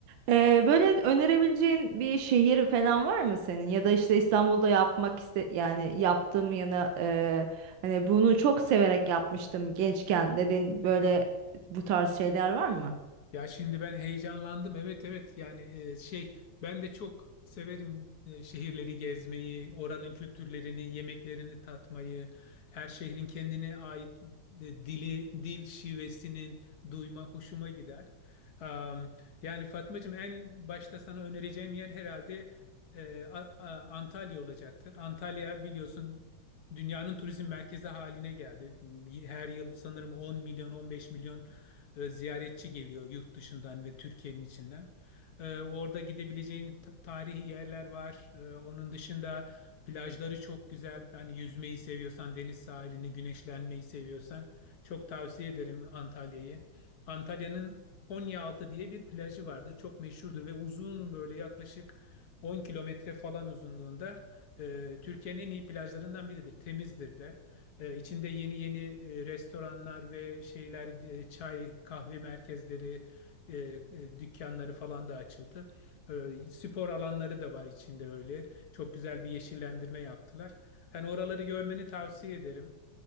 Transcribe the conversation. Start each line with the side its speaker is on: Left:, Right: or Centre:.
Right: Ee, böyle önerebileceğin bir şehir falan var mı senin? Ya da işte İstanbul'da yapmak iste yani yaptığım yana e, hani bunu çok severek yapmıştım gençken dedin böyle bu tarz şeyler var mı?
Left: Ya şimdi ben heyecanlandım. Evet evet yani e, şey ben de çok severim e, şehirleri gezmeyi, oranın kültürlerini, yemeklerini tatmayı, her şehrin kendine ait e, dili, dil şivesinin duyma hoşuma gider. Am, yani Fatmacığım en başta sana önereceğim yer herhalde e, A- A- Antalya olacaktır. Antalya biliyorsun dünyanın turizm merkezi haline geldi. Her yıl sanırım 10 milyon 15 milyon e, ziyaretçi geliyor yurt dışından ve Türkiye'nin içinden. E, orada gidebileceğin ta- tarihi yerler var. E, onun dışında plajları çok güzel. Yani yüzmeyi seviyorsan, deniz sahilini, güneşlenmeyi seviyorsan çok tavsiye ederim Antalya'yı. Antalya'nın Konyaaltı diye bir plajı vardır. Çok meşhurdur ve uzun böyle yaklaşık 10 kilometre falan uzunluğunda e, Türkiye'nin en iyi plajlarından biridir. Temizdir de. Ee, içinde yeni yeni e, restoranlar ve şeyler, e, çay, kahve merkezleri, e, e, dükkanları falan da açıldı. Ee, spor alanları da var içinde öyle. Çok güzel bir yeşillendirme yaptılar. Hani oraları görmeni tavsiye ederim.